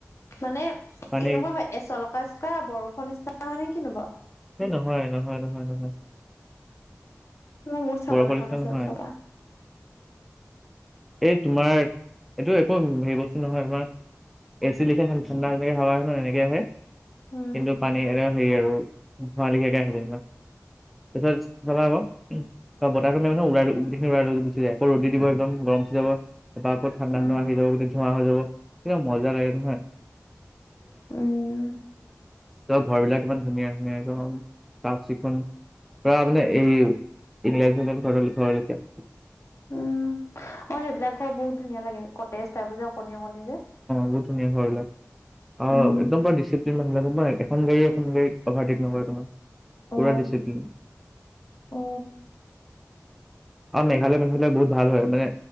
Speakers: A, on the left (about 60°); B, in the centre.
A: মানে কেনেকুৱা
B: পানীৰ
A: হয় এ, চলকা চকা বৰফুৰ নিচিনা হয় নে কিনো বাৰু?
B: এই নহয় নহয় নহয় নহয়।
A: মোৰ বহুত চাবলৈ
B: বৰফৰ নিচিনা
A: মন আছে
B: নহয়।
A: ওচৰৰ পৰা
B: এই তোমাৰ এইটো একো হেৰি বস্তু নহয় তোমাৰ এ চি কেইটা ঠাণ্ডা তেনেকে হাৱা আহ ন' এনেকে আহে। কিন্তু
A: উম
B: পানী এনে হেৰি আৰু ধোঁৱালিখিয়াকে আহে যেনিবা। এতিয়া যাবা আকৌ। বা বতাহখিনিও মানে উলাই উখি উৰাই গুচি যায় আকৌ ৰ'দ দিব একদম গৰম উঠি যাব। তাৰ ওপৰত ঠাণ্ডা
A: উম
B: ঠাণ্ডা আহি যাব বুলি ধোৱা হৈ যাব, সেই মজা লাগে নহয়।
A: উম।
B: তই ঘৰ বিলাক কিমান ধুনীয়া ধুনীয়া, একদম চাফ চিকুণ। পা বুলে এই ইংলেজ চেনলেজ ঘৰৰ লেখীয়া।
A: উম অ' সেইবিলাক ঘৰ বহুত ধুনীয়া লাগে কতেজ ঠাইবোৰ যে অকণী অকণনি যে।
B: বহুত ধুনীয়া ঘৰবিলাক অ'
A: উম
B: একদম পোৰা ডিচিপ্লিন নহলে এখন গাড়ীয়ে এখন গাড়ীক অভাৰটেক নকৰে তোমাক। পোৰা
A: অ
B: ডিচিপ্লিন।
A: অ
B: আৰু মেঘালয়ৰ মানুহবিলাক বহুত ভাল হয় মানে